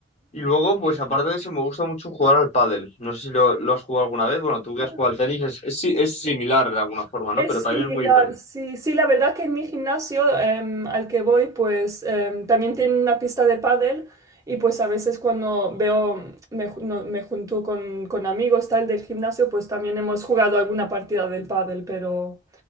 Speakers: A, on the left; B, on the right.
A: Y luego, pues aparte de eso, me gusta mucho jugar al pádel. No sé si lo, lo has jugado alguna vez. Bueno, tú que
B: ujú.
A: has jugado al tenis es, es, si- es similar de alguna forma, ¿no?
B: Es
A: Pero también
B: similar,
A: es muy diferente.
B: sí. Sí, la verdad que en mi gimnasio em, al que voy, pues em, también tiene una pista de pádel y pues a veces cuando veo, me, ju- no- me junto con, con amigos tal del gimnasio, pues también hemos jugado alguna partida del pádel, pero